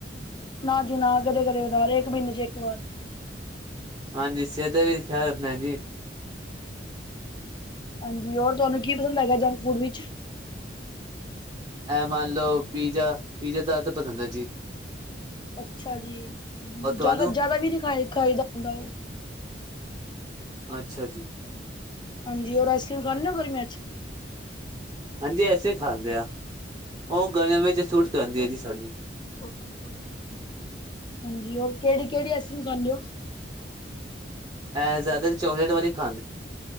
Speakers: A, on the left; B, on the right.
A: ਨਾ ਜੀ ਨਾ ਕਦੇ-ਕਦੇ ਉਧਾਰ ਇੱਕ ਮਿੰਨੇ ਚ ਇੱਕ ਵਾਰ।
B: ਹਾਂਜੀ ਸਿਹਤ ਦਾ ਵੀ ਖਿਆਲ ਰੱਖਣਾ ਐ ਜੀ।
A: ਹਾਂਜੀ ਹੋਰ ਤੁਹਾਨੂੰ ਕੀ ਪਸੰਦ ਹੈਗਾ ਜੰਕ ਫੂਡ ਵਿਚ?
B: ਐ ਮੰਨ ਲੋ ਪੀਜ਼ਾ, ਪੀਜ਼ਾ ਦਾ ਤਾਂ ਪਸੰਦ ਹੈ ਜੀ
A: ਅੱਛਾ ਜੀ,
B: ਔਰ
A: ਜਿਆਦਾ
B: ਤੁਹਾਨੂੰ
A: ਜਿਆਦਾ ਵੀ ਨੀ ਖਾਈ ਖਾਈਦਾ ਹੁੰਦਾ ਉਹ।
B: ਅੱਛਾ ਜੀ।
A: ਹਾਂਜੀ ਔਰ ਆਈਸਕ੍ਰੀਮ ਖਾਂਨੇ ਓ ਗਰਮੀਆਂ ਚ?
B: ਹਾਂਜੀ ਅਸੀਂ ਖਾਂਦੇ ਆ। ਉਹ ਗਰਮ ਵਿੱਚ ਸੂਟ ਕਰਦੀ ਐ ਜੀ ਸਾਨੂੰ।
A: ਓਕੇ ਹਾਂਜੀ ਹੋਰ ਕਿਹੜੀ-ਕਿਹੜੀ ਆਈਸ ਕ੍ਰੀਮ ਖਾਂਦੇ ਓ?
B: ਐ ਜਾਦਾ ਤਾਂ ਚੌਕਲੇਟ ਵਾਲੀ ਖਾ